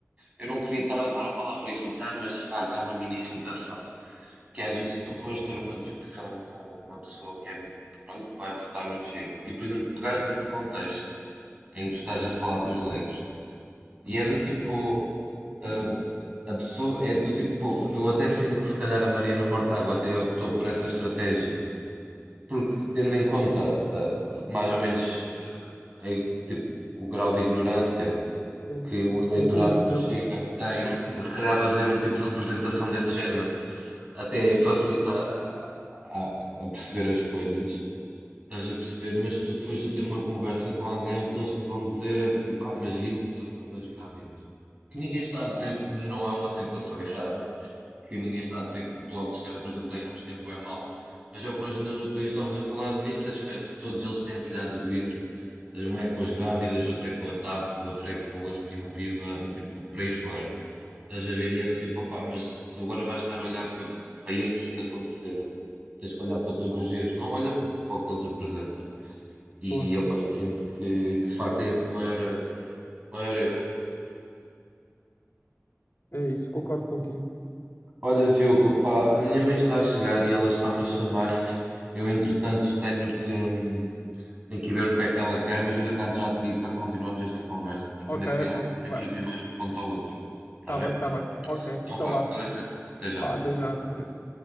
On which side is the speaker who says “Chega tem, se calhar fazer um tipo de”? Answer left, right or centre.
Right